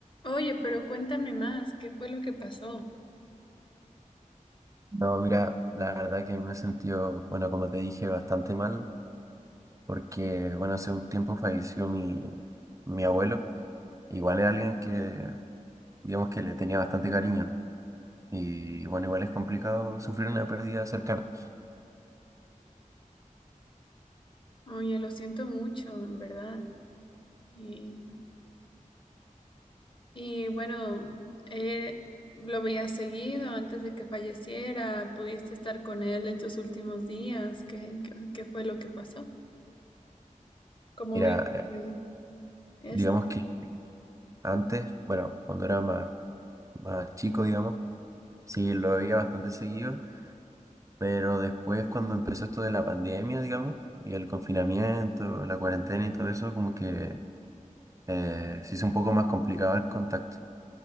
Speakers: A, on the left; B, on the right.
A: Oye, pero cuéntame más, ¿qué fue lo que pasó?
B: No, mira, la verdad que me he sentido, bueno, como te dije, bastante mal, porque, bueno, hace un tiempo falleció mi, mi abuelo, igual es alguien que, digamos que le tenía bastante cariño, y bueno, igual es complicado sufrir una pérdida cercana.
A: Oye, lo siento mucho, en verdad. Y, y bueno, eh, lo veías seguido antes de que falleciera, pudiste estar con él en sus últimos días, ¿qué, qué- qué fue lo que pasó? ¿Cómo
B: Mira,
A: viviste
B: eh,
A: eso?
B: digamos que antes, bueno, cuando era más, más chico, digamos, sí, lo veía bastante seguido, pero después cuando empezó esto de la pandemia, digamos, y el confinamiento, la cuarentena y todo eso, como que... eh, se hizo un poco más complicado el contacto.